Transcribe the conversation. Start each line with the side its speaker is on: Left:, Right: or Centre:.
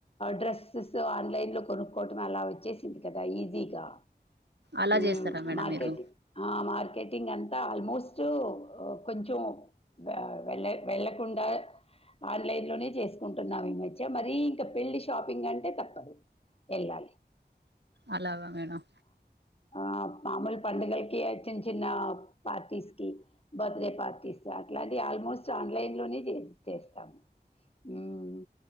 Left: డ్రెస్సెస్ ఆన్లైన్ లో కొనుక్కోవటం అలా చేసింది కదా ఈజీ గా
Right: అలా
Left: మ్
Right: చేస్తారా మేడం
Left: మార్కెట్
Right: మీరు
Left: ఆమ టింగ్ అంతా ఆల్మోస్ట్ కొంచెం ఆ వెళ్లే వెళ్ళకుండ ఆన్లైన్ లోనే చేసుకుంటున్నాం ఈ మధ్య మరీ ఇంకా పెళ్లి షాపింగ్ అంటే తప్పదు ఎల్లాలి
Right: అలాగా మేడం
Left: ఆ! మామూలు పండుగలకి చిన్న చిన్న పార్టీస్ కి బర్త్డే పార్టీస్ అట్లాంటి ఆల్మోస్ స్ట్ ఆన్లైన్ లోనే చే చేస్తాము మ్